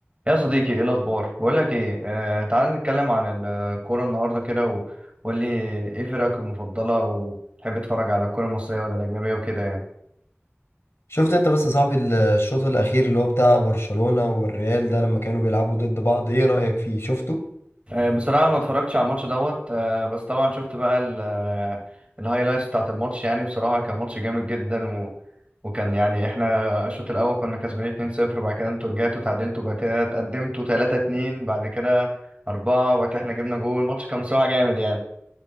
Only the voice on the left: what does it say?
شفت انت بس يا صاحبي ال- الشوط الاخير اللي هو بتاع برشلونة والريال ده لما كانوا بيلعبوا ضد بعض ايه رأيك فيه شفته